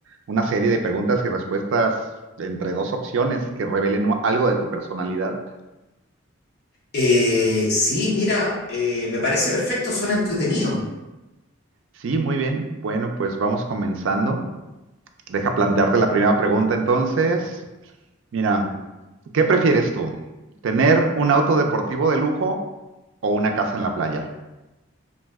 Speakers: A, on the right; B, on the left.
A: una serie de preguntas y respuestas entre dos opciones que revelen u- algo de tu personalidad.
B: Eh, sí, mira, eh, me parece perfecto, suena entretenido.
A: Sí, muy bien. Bueno, pues vamos comenzando. Deja plantearte la primera pregunta entonces. Mira, ¿qué prefieres tú? ¿Tener un auto deportivo de lujo o una casa en la playa?